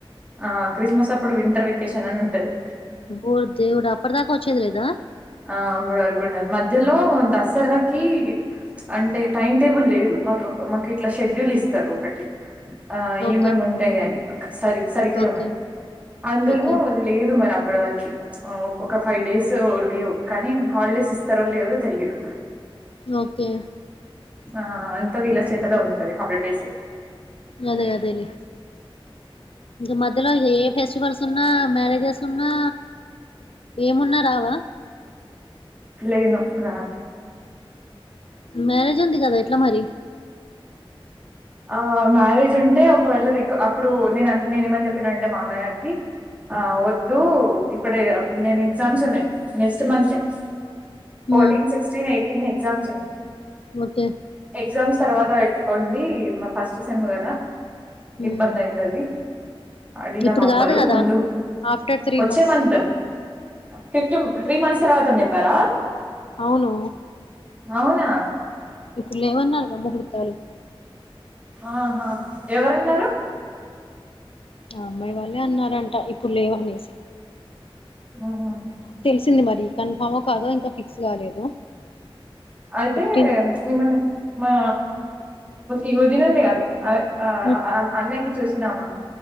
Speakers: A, on the right; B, on the left.
A: ఆ క్రిస్మస్ అప్పుడు వింటర్ వెకేషన్ అని ఉంటది.
B: ఓరి దేవుడా అప్పటిదాకా వచ్చేది లేదా
A: ఆ అప్పటి వరకుండదు మధ్యలో దస తరవాకి అంటే టైమ్ టేబుల్ లేదు మాకు మాకు ఇట్లా షెడ్యూల్ ఇస్తారు ఒకటి ఆ
B: ఓకే
A: ఏమేమి ఉంటాయ అని ఒక సరి సరికిల
B: ఓకే
A: అని అందులో
B: ఓకే
A: లేదు మరి అ ఇప్పటి వరకి ఒక్క ఫైవ్ డేస్ లేవు కానీ హాలిడేస్ ఇస్తారో లేవుదో తెలిదు,
B: ఓకే
A: ఆ అంతా వీళ్ళ చేతులో ఉంటది హాలిడేస్
B: అదే అదేలే ఇకా మద్యల ఇ ఏ ఫెస్టివల్స్ ఉన్నా మ్యారేజెస్ ఉన్నా ఏమున్నా రావా
A: లేను రా
B: మ్యరేజ్ ఉంది కదా ఎట్లా మరి
A: ఆ మ్యారేజ్ ఉంటే ఒకవేళ ర అప్పుడు నేను నేను ఏమని చెప్పిన అంటే మామయ్యకి, ఆ వద్దు ఇప్పుడే నేను ఎగ్జామ్స్ ఉన్నాయి నెక్స్ట్ మంత్ ఫోర్టీన్
B: ఉమ్
A: సిక్స్టీన్ ఎయిటీన్ ఎగ్జామ్స్ ఉన్నాయి
B: ఓకే
A: ఎగ్జామ్స్ తర్వాత పె కండి మా ఫస్ట్ సేమ్ కదా
B: ఉమ్
A: ఇబ్బంద అయితది అడిగిన
B: ఇప్పుడు
A: పంపరు
B: కాదు కదా
A: ముందు
B: ఆఫ్టర్ త్రీ
A: వచ్చే
B: months
A: month fifth three months తర్వాత అన్ని చెప్పారా,
B: అవును
A: అవునా
B: ఇప్పుడు ఏమాన్నారు గంత మూర్తన్నావ్,
A: ఆహా ఎవరన్నారు,
B: ఆ అమ్మాయి వాళ్ళే అన్నారంట ఇప్పుడు లేవనేసి
A: ఉహు
B: వచ్చింది మరి కన్ఫామ్ కాదో ఇంకా ఫిక్స్ కాలేదు,
A: అయితే
B: ఫిఫ్టీన్త్
A: ఈ
B: ఉమ్
A: మనే మా ఈ వదిననే కదా ఆ
B: ఉమ్
A: అన్నయకి చూసినామా